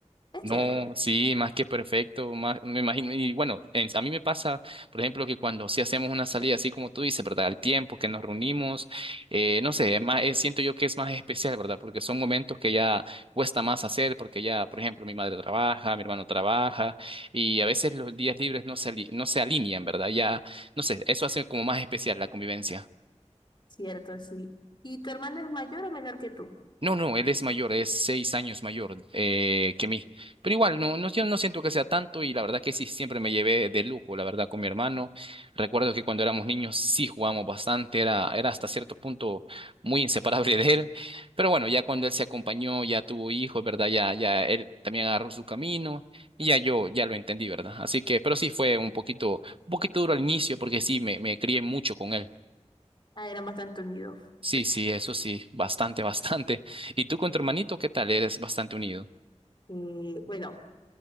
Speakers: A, on the left; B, on the right.
A: Es
B: No,
A: chévere.
B: sí, más que perfecto, más, me imagino, y bueno, en- a mí me pasa, por ejemplo, que cuando sí hacemos una salida, así como tú dices, ¿verdad? Al tiempo que nos reunimos, eh, no sé, es más, es- siento yo que es más especial, ¿verdad? Porque son momentos que ya cuesta más hacer, porque ya, por ejemplo, mi madre trabaja, mi hermano trabaja, y a veces los días libres no se, ali- no se alinean, ¿verdad? Ya, no sé, eso hace como más especial la convivencia.
A: Cierto, sí. ¿Y tu hermana es mayor o menor que tú?
B: No, no, él es mayor, es seis años mayor eh, que mí. Pero igual, no, no, yo no siento que sea tanto y la verdad que sí, siempre me llevé de lujo, la verdad, con mi hermano. Recuerdo que cuando éramos niños sí jugamos bastante, era, era hasta cierto punto muy inseparable <laughs> de él. Pero bueno, ya cuando él se acompañó, ya tuvo hijos, ¿verdad? Ya, ya él también agarró su camino y ya yo ya lo entendí, ¿verdad? Así que, pero sí fue un poquito, un poquito duro al inicio porque sí, me, me crié mucho con él.
A: Ah, eran bastante unidos.
B: Sí, sí, eso sí, bastante, <laughs> bastante. ¿Y tú con tu hermanito qué tal? Eres bastante unido. <laughs>
A: Eh, bueno,